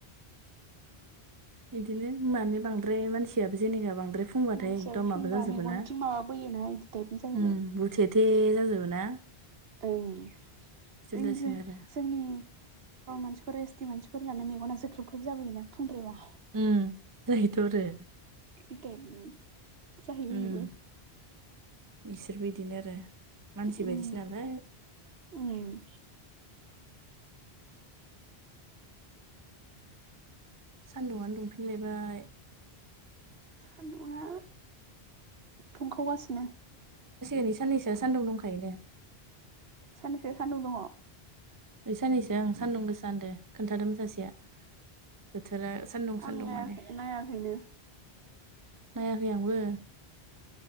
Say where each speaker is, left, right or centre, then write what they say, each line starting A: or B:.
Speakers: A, on the right; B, on the right.
A: बिदिनो मानो बांद्राय मानसियाबो जेनेबा बां द्राय फुंबाथाय
B: मानसियाबो
A: एकदम
B: फुंबा
A: माबा जाजोबो
B: मेगनथिं
A: ना,
B: माबाबोयोना इदि टाइपनि जाहैबाय
A: उम हुथेथे जाजोबोना।
B: ओं। ओइ
A: जासिगोन
B: जो-जोंनि
A: आरो
B: बर' मानसिफोर एस टि मानसिफोर होननानै मेगना जोख्रोब ख्रब जाबोयोना फुंद्रायबा।
A: उम जायोथ' आरो।
B: इ टाइपनि साहैबाय
A: उम
B: इबो।
A: इसोरबो इदिनो आरो मानसि
B: उम
A: बायदिसो नालाय।
B: उम
A: सान्दुङानो दुंफिनलायबाय।
B: सान्दुङा दुंखावगासिनो।
A: एनै साननैसोआ सानदुं दंखायो दे।
B: साननैसो सान्दुं दङ।
A: ओइ साननैसोया ओं सान्दुं गोसा होनदों। खोन्थादोंमोन सासेया बोथोरा सान्दुं
B: आं
A: सान्दुं
B: नायाखै
A: माने।
B: नायाखैनो
A: नायाखै आंबो।